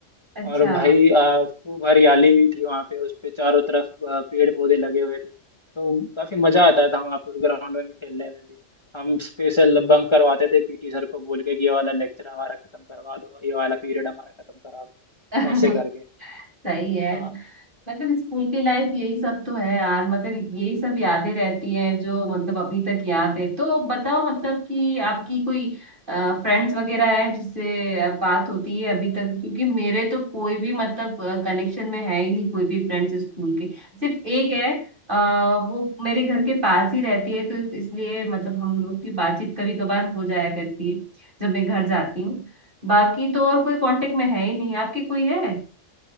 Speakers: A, on the right; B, on the left.
A: अच्छा
B: और भाई आ, खूब हरियाली भी थी वहाँ पे उस पे चारों तरफ आ, पेड़ पौधे लगे हुए थे तो काफी मजा आता था वहाँ पे उस ग्राउंड में खेलने में भी हम स्पेशल बंक करवाते थे पीटी सर को बोल के कि ये वाला लेक्चर हमारा खत्म करवा दो ये वाला पीरियड हमारा खत्म करवा दो
A: <laughs>
B: ऐसे करके
A: सही है
B: हाँ
A: मतलब स्कूल की लाइफ यही सब तो है यार मतलब यही सब यादें रहती है जो मतलब अभी तक याद है तो बताओ मतलब कि आपकी कोई फ्रेंड्स वगैरह है जिससे अ, बात होती है अभी तक क्योंकि मेरे तो कोई भी मतलब कनेक्शन में है ही नहीं कोई भी फ्रेंड्स स्कूल के सिर्फ एक है आ, वो मेरे घर के पास ही रहती है तो इसलिए मतलब हम लोग की बातचीत कभी कभार हो जाया करती है जब मैं घर जाती हूँ बाकी तो और कोई कांटेक्ट में है ही नहीं आपके कोई है